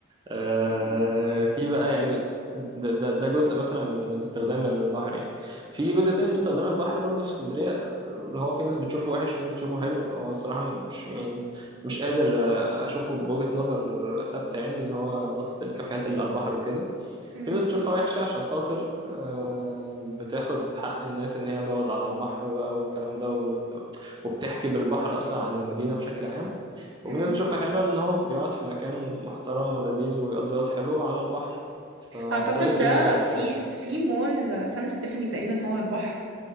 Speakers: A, on the right (about 20°); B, on the right (about 70°).
A: آه، في بقى يعني ده, ده, ده جزء مثلا من, من استخدام البحر يعني في جزء تاني من استخدام البحر برضو في اسكندرية اللي هو في ناس بتشوفه وحش في ناس بتشوفه حلو هو الصراحة مش يعني مش قادر أشوفه بوجهة نظر ثابتة يعني اللي هو نقطة الكافيهات اللي على البحر وكده
B: مم.
A: في ناس بتشوفها وحشة عشان خاطر آه، بتاخد حق الناس إن هي تقعد على البحر بقى والكلام ده وبت- وبتحكي بالبحر أصلا عن المدينة بشكل عام
B: مم.
A: وفي ناس بتشوفها حلوة لأن هو بيقعد في مكان محترم ولذيذ ويقضي وقت حلو على البحر فأنت
B: اعتقد
A: رأيك
B: ده
A: إيه مثلا
B: في
A: في ده؟
B: في مول سان ستيفاني تقريبا هو على البحر